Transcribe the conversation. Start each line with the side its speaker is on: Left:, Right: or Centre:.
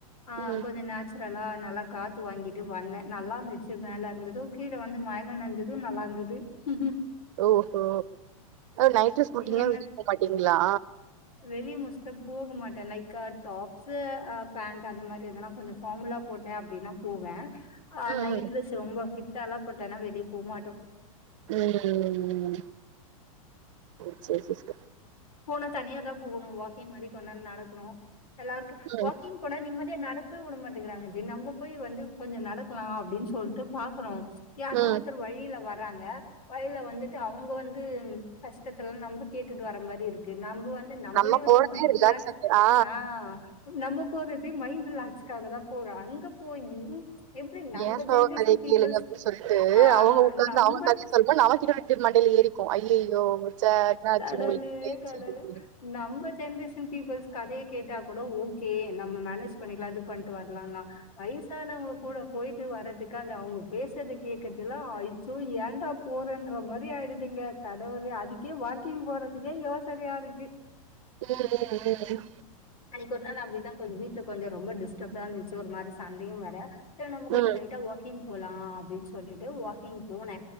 Left: அ
Right: ம்
Left: கொஞ்சம் நேச் சுரலா நல்லா காத்து வாங்கிட்டு வந்தேன் நல்லாருந்துச்சு மேல இருந்ததும் கீழ வந்து மழைல நனைஞ்சதும் நல்லாருந்தது ம்ம்
Right: ஓஹோ நைட் டிரஸ் போட்டிங்கனா
Left: நீங்க என்ன
Right: வீட்ட விட்டு போ மாட்டீங்களா
Left: வெளிய மோஸ்டடா போக மாட்டேன் லைக் டாப்ஸ்சு அ பேண்ட் அந்த மாதிரி எதனா கொஞ்சம் ஃபார்மலா போட்டேன் அப்படின்னா போவே அ
Right: ம்
Left: நைட்
Right: ம்
Left: டிரெஸ் ரொம்ப ஃபிட்டலாம் போட்டேன்னா வெளிய போமாட்டோம்
Right: ம்‌ ம்‌ ம் ஓ சரி சரி
Left: போனா தனியா தா போவுணும் வாக்கிங் மாதிரி கொஞ்ச நேர நடக்கணும் எல்லாருக்கும்
Right: ம்
Left: வாக்கிங் போனா நிம்மதிய நடக்கவே விட மாட்டேங்கறாங்க ஜி நம்ம போய் வந்து கொஞ்சம் நடக்கலாம் அப்படின்னு சொல்லிட்டு பாக்கறோம் யார்னா
Right: ம்
Left: ஒருத்தர் வழியில வர றாங்க வழில வந்துட்டு அவங்க வந்து கஷ்டத்தல்லாம் நம்ப கேட்டுட்டு வர மாதிரி இரு க்கு‌‌ நம்ப வந்து நம்மளே
Right: நம்ம
Left: வந்து
Right: போறதே
Left: மைண்ட்
Right: ரிலாக்ஸேஷன்
Left: ரிலாக்ஸ
Right: ஆ
Left: அ நம்ம போறதே மைண்ட் ரிலாக்ஸ்காகதா போறோ அங்க போயி எப்டி நம்ம
Right: ஏன் ‌சோக
Left: ஜென்ரேஷன்
Right: கதைய
Left: பீப்புள்ஸ்
Right: கேளுங்க அப்படின்னு சொல்ட்டு
Left: ஆ
Right: அவங்க உட்காந்து
Left: நம்ம
Right: அவங்க கதையை சொல்லு போது நம்மகிட்ட கிட்ட மண்டையில ஏறிக்கும் அய்யய்யோ ச்ச என்னாச்சு
Left: கடவுளே
Right: உங்களுக்கு இப்டி ஆச்சு
Left: கடவுளே
Right: அப்டினு
Left: நம்ம ஜென்ரேஷன் பீப்புள்ஸ் கதைய கேட்டா கூட ஓகே நம்ம மேனேஜ் பண்ணிக்கலாம் இது பண்ணிட்டு வரலாம்னா வயசானவங்க கூட போயிட்டு வர்றதுக்கா‌ இல்ல அவங்க பேசறத கே்கறதுல்லா அச்சோ ஏண்டா போறன்ற மாறி‌ ஆயிடுதுங்க கடவுளே அதுக்கே வாக்கிங் போறதுக்கே யோசனையா இருக்கு
Right: ம்ம்ம்ம்
Left: அன்னைக்கு ஒரு நாள் அப்டிதா கொஞ்சம் வீட்டுல கொஞ்ச ரொம்ப டிஸ்டர்ப்டா இருந்துச்சு ஒரு மாதிரி சண்டையும் வர ச நம்ம
Right: ம்
Left: கொஞ்சம்
Right: ம்.
Left: லைட்டா வாக்கிங் போலாம் அப்படின்னு சொல்லிட்டு வாக்கிங் போனே